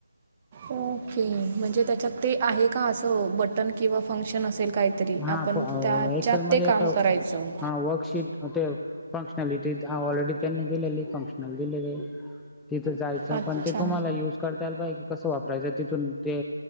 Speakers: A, on the right (about 20°); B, in the centre.
A: ओके म्हणजे त्याच्यात ते आहे का असं बटन किंवा फंक्शन असेल. काहीतरी
B: हा
A: आपण
B: फो
A: त्याच्यात
B: एक्सेलमध्ये
A: ते काम करायचं
B: हा वर्कशीट हा ते फंक्शनलिटी ऑलरेडी त्यांना दिलेली फंक्शनल दिलेली तिथ जाय स
A: अच्छा
B: पण ते तुम्हाला युज करता यायला पाहिजे. कसं वापरायचं तिथून ते